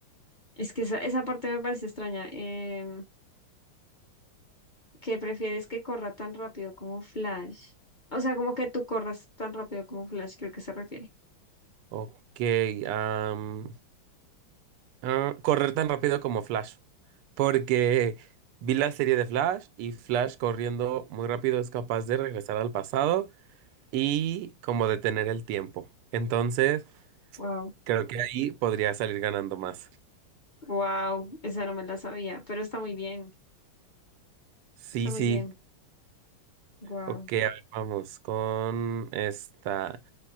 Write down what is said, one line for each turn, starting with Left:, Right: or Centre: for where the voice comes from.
Left: Es que esa, esa parte me parece extraña. em, que prefieres que corra tan rápido como Flash. O sea, como que tú corras tan rápido como Flash, creo que se refiere.
Right: Ok, am, ah, correr tan rápido como Flash, porque vi la serie de Flash y Flash corriendo muy rápido es capaz de regresar al pasado y como detener el tiempo. Entonces,
Left: Wow.
Right: creo que ahí podría salir ganando más.
Left: Wow, esa no me la sabía, pero está muy bien.
Right: Sí,
Left: Está muy
Right: sí.
Left: bien. Wow.
Right: Ok, a ver, vamos con esta.